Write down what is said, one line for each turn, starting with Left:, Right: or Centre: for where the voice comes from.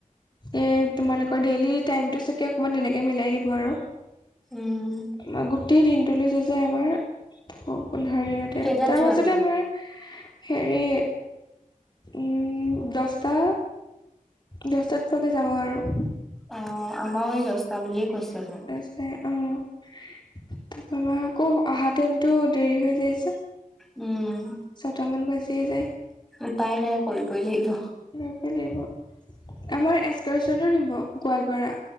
Left: এ তোমালোকৰ ডেইলি টাইমটো চাগে অকমান তেনেকেই মিলাই দিব আৰু
Centre: উম
Left: আমাৰ গোটেই দিনটো লৈছে যে আমাৰ পোন্ধৰ দিনত তে
Centre: কেইটাত
Left: তাৰ
Centre: যোৱা
Left: মাজতে
Centre: তোমালোক
Left: আমাৰ আ হেৰি উম দচ টা দহটাত পোৱাকৈ যাব আৰু
Centre: অ আমাৰো এই দছটা বুলিয়ে কৈছে বাৰু
Left: তাৰপিছতে অ আমাৰ আকৌ অহা টাইমটো দেৰি হৈ যায় যে
Centre: উম
Left: ছটামান বাজিয়ে যায়
Centre: উপায় নাই কৰিবই লাগিব।
Left: কৰিবই লাগিব আমাৰ এক্সকাৰ্চনো নিব গোৱালপাৰা।